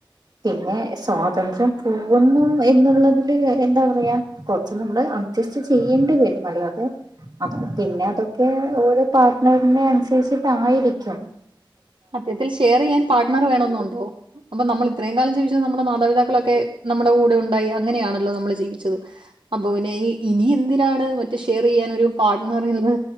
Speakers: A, on the right (about 50°); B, on the right (about 65°).
A: പിന്നെ സ്വാതന്ത്ര്യം പോകുന്നു എന്നുള്ളതില് എന്താ പറയാ കൊറച്ച് നമ്മള് അഡ്ജസ്റ്റ് ചെയ്യേണ്ടി വരും അല്ലാതെ അത് പിന്നെ അതൊക്കെ ഓരോ പാർട്ട്ണറിനെ അനുസരിച്ചിട്ടയിരിക്കും
B: അത്യത്തിൽ ഷെയർ ചെയ്യാൻ പാർട്ട്ണർ വേണമെന്നുണ്ടോ അപ്പൊ നമ്മള് ഇത്രേംകാലം ജീവിച്ചത് നമ്മുടെ മാതാപിതാക്കളൊക്കെ നമ്മടെ കൂടെഉണ്ടായി അങ്ങനെയാണല്ലോ നമ്മള് ജീവിച്ചത് അപ്പൊ പിന്നെ ഇനി എന്തിനാണ് ഷെയർയ്യാൻ ഒരു പാട്ട്ണർ എന്ന്